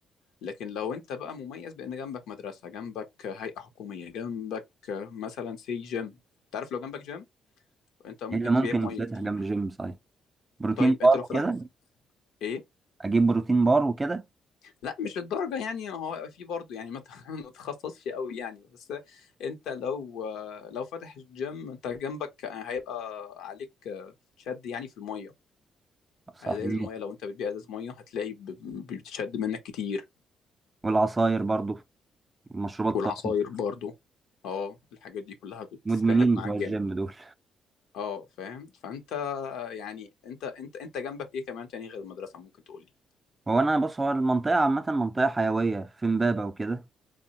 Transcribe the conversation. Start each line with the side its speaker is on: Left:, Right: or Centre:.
Left: لكن لو انت بقى مميز بان جنبك مدرسه جنبك هيئه حكوميه جنبك آه، مثلا سي جيم انت عارف لو جنبك جيم انت ممكن
Right: إيه اللي ممكن
Left: تبيع ميه
Right: يتفتح
Left: كتير
Right: جنب جيم صحيح بروتين
Left: طيب انت
Right: بار
Left: لو
Right: وكده
Left: فتحت ايه
Right: اجيب بروتين بار وكده
Left: لا مش الدرجة يعني هو هيبقى فيه برضه يعني ما تتخصصش <laughs> قوي يعني بس انت لو لو فاتح الجيم انت جنبك هيبقى عليك شد يعني في المية
Right: صحيح
Left: ازاز المية لو انت بتبيع ازاز مية هتلاقي ب- ب- بتشد منك كتير
Right: والعصاير برضو مشروبات
Left: والعصاير
Right: طاقة
Left: برضه اه الحاجات دي كلها بتسحب
Right: مدمنين
Left: معاك
Right: بتوع
Left: جامد
Right: الجيم دول
Left: اه فاهم فانت يعني انت انت انت جنبك ايه كمان تاني غير المدرسة ممكن تقولي
Right: هو انا بص هو المنطقة عامة منطقة حيوية في امبابة وكده